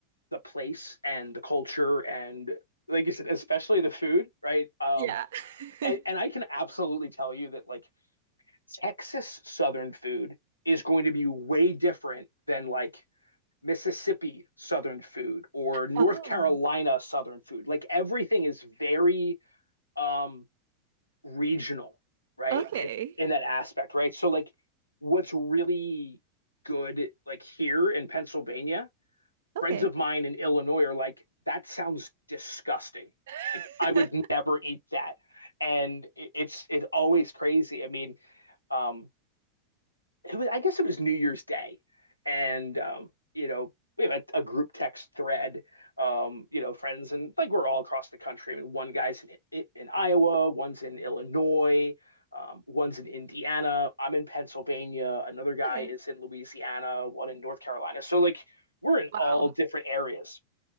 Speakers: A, on the left; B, on the right.
A: the place and the culture and like you said, especially the food, right? Um,
B: Yeah. <laughs>
A: and, and I can absolutely tell you that like Texas Southern food is going to be way different than like Mississippi Southern food or North
B: Oh.
A: Carolina Southern food. Like everything is very um, regional, right?
B: Okay.
A: In, in that aspect, right? So like what's really good like here in Pennsylvania friends
B: Okay.
A: of mine in Illinois are like, that sounds disgusting.
B: <laughs>
A: Like I would never eat that. And it's it's always crazy. I mean, um, it was, I guess it was New Year's Day. And, um, you know, we have a, a group text thread, um, you know, friends, and like we're all across the country. I mean, one guy's in, in, Iowa, one's in Illinois, um, one's in Indiana, I'm in Pennsylvania, another guy
B: Okay.
A: is in Louisiana, one in North Carolina. So, like, we're in
B: Wow.
A: all different areas.